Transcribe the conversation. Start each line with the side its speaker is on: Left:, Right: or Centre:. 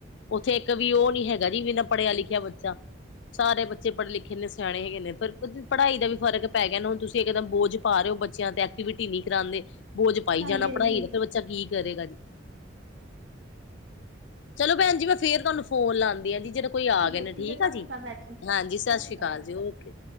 Left: ਉੱਥੇ ਇੱਕ ਵੀ ਓ ਨੀ ਹੈਗਾ ਜੀ ਬਿਨਾਂ ਪੜ੍ਹਿਆ ਲਿਖਿਆ ਬੱਚਾ। ਸਾਰੇ ਬੱਚੇ ਪੜ੍ਹੇ ਲਿਖੇ ਨੇ, ਸਿਆਣੇ ਹੈਗੇ ਨੇ ਫਿਰ ਪੜ੍ਹਾਈ ਦਾ ਵੀ ਫਰਕ ਪੈ ਗਿਆ ਹੁਣ ਤੁਸੀਂ ਇੱਕਦਮ ਬੋਝ ਪਾ ਰਿਓ ਬੱਚਿਆਂ ਤੇ ਐਕਟੀਵਿਟੀ ਨੀ ਕਰਾਂਦੇ ਬੋਝ ਪਾਈ
Right: ਹਾਂਜੀ
Left: ਜਾਣਾ
Right: ਹਾਂਜੀ
Left: ਪੜ੍ਹਾਈ ਦਾ ਤੇ ਬੱਚਾ ਕੀ ਕਰੇਗਾ ਜੀ ਚਲੋ ਭੈਣ ਜੀ ਮੈਂ ਫੇਰ ਤੁਹਾਨੂੰ ਫੋਨ ਲਾਂਦੀ ਆ ਜੀ ਜਰਾ ਕੋਈ ਆ ਗੇ
Right: ਹੈ
Left: ਨਾ ਠੀਕ
Right: ਹੈ ਸਤਿ
Left: ਆ ਜੀ।
Right: ਸ਼੍ਰੀ ਅਕਾਲ ਭੈਣ ਸਤਿ
Left: ਹਾਂਜੀ ਸਸ
Right: ਸ਼੍ਰੀ
Left: ਸ੍ਰੀ
Right: ਅਕਾਲ
Left: ਕਾਲ ਜੀ ਓਕੇ।